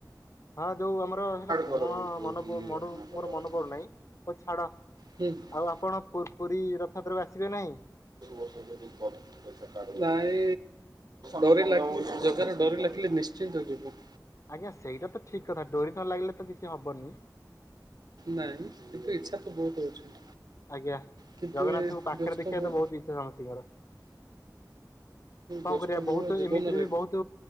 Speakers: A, on the left (about 45°); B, on the right (about 65°).
A: ହଁ ଯୋଉ ଆମର ହେଟା କଣ
B: କରଦଉଚୁ ଏଠି
A: ମନ ଡୁପ ମୋର
B: ନାଟକରେ।
A: ମନେପଡୁନାଇ ତ ଛାଡ।
B: ହୁଁ
A: ଆଉ ଆପଣ ପୁର୍ ପୁରୀ ରଥଯାତ୍ରାକୁ ଆସିବେ ନାହିଁ।
B: <unintelligible> ନାଁଇ ଡୋରି ଲାଗିଲେ ଜଗାରଡୋରି ଲାଗିଲେ ନିଶ୍ଚିନ୍ତ ଯିଵୁ।
A: ଆଜ୍ଞା ସେଇଟା ତ ଠିକ୍ କଥା ଡୋରି ନ ଲାଗିଲେ ତ କିଛି ହବନି।
B: ନାଇଁ କିନ୍ତୁ ଇଚ୍ଛା ତ ବହୁତ୍ ଅଛି।
A: ଆଜ୍ଞା
B: କିନ୍ତୁ
A: ଜଗନ୍ନାଥଙ୍କୁ
B: ଏ
A: ପାଖରେ
B: ବ୍ୟସ୍ତ
A: ଦେଖିବା
B: ବହୁ
A: ତ ବହୁତ୍ ଇଚ୍ଛା ସମସ୍ତିଙ୍କର। କଣ
B: ବ୍ୟସ୍ତବହୁଳ
A: କରିବା ବହୁତ୍
B: ଜୀବନରେ
A: ଏମିତିରେ ବି ବହୁତ୍